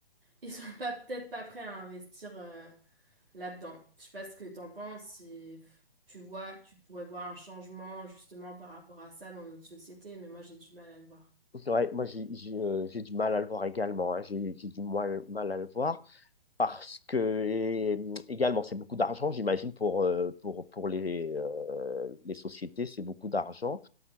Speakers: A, on the right; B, on the left.
A: ils sont pas peut-être pas prêts à investir. euh, là-dedans. Je sais pas ce que t'en penses, si tu vois, tu pourrais voir un changement justement par rapport à ça dans notre société, mais moi j'ai du mal à le voir.
B: Ouais, moi, j'ai j'ai euh, j'ai du mal à le voir également. Hein. J'ai j'ai du mal, mal, à le voir parce que et, également, c'est beaucoup d'argent, j'imagine, pour, euh, pour, pour les, euh, les sociétés, c'est beaucoup d'argent.